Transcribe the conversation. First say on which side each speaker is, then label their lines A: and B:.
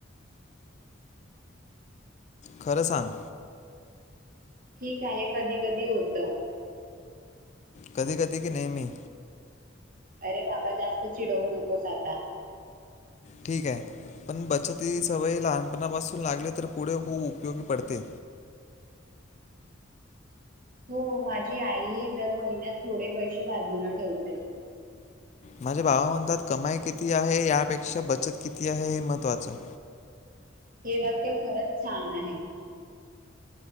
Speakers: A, on the left; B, on the right.
A: खरं सांग.
B: ठीक आहे. कधी कधी होत.
A: कधी कधी की नेहमी?
B: अरे बाबा जास्त चिडवू नकोस आता.
A: ठीकाय. पण बचती ही सवय लहानपणापासून लागली तर पुढे खूप उपयोगी पडते.
B: <inaudible> हो. माझी आईही दर महिन्यात थोडे पैसे बाजूला ठेवते.
A: माझे भाव म्हणतात कमाई किती आहे यापेक्षा बचत किती आहे हे महत्त्वाचं.
B: हे वाक्य खरंच छान आहे.